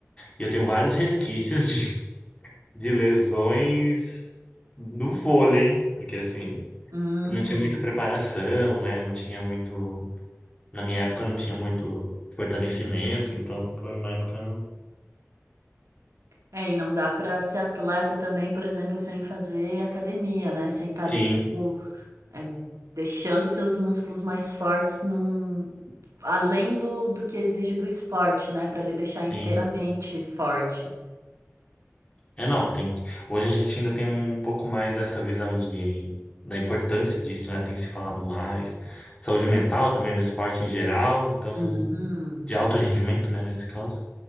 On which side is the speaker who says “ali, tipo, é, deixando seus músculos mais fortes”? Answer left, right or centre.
Right